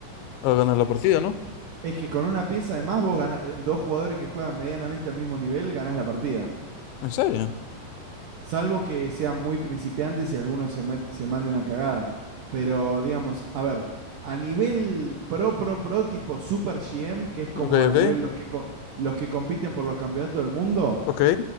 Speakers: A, on the left (about 85°); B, on the right (about 75°).
A: a ganar la partida, ¿no?
B: Es que con una pieza además vos gana- dos jugadores que juegan medianamente al mismo nivel, ganás la partida.
A: ¿En serio?
B: Salvo que sean muy principiantes y alguno se, met- se mande una cagada. Pero digamos, a ver, a nivel pro, pro, pro, tipo Super GM, que es como
A: Ok,
B: a
A: ok,
B: nivel los que, co- los que compiten por los campeonatos del mundo,
A: ok.